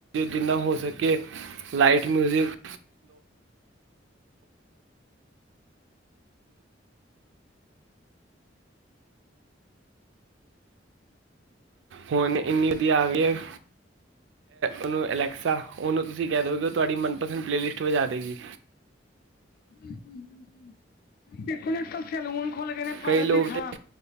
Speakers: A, on the right; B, on the left.
A: ਜਿੰਨਾ ਹੋ ਸਕੇ ਲਾਈਟ ਮਿਊਜ਼ਿਕ ਹੁਨ ਇੰਨੀ ਵਧੀਆ ਆ ਗਈ ਹੈ ਉਹਨੂੰ ਅਲੈਕਸਾ। ਉਹਨੂੰ ਤੁਸੀਂ ਕਹਿ ਦੋਗੇ ਉਹ ਤੁਹਾਡੀ ਮਨਪਸੰਦ ਪਲੇਲਿਸਟ ਵਜਾ ਦੇਗੀ।
B: ਬਿਲਕੁਲ-ਬਿਲਕੁਲ ਹੁਣ ਦੇਖੋ ਅੱਜ ਕੱਲ੍ਹ ਸੈਲੂਨ ਖੁੱਲ ਗਏ ਨੇ ਪਾਰਲਰ
A: ਕਈ ਲੋਕ
B: ਦੀ ਥਾਂ।
A: ਤੇ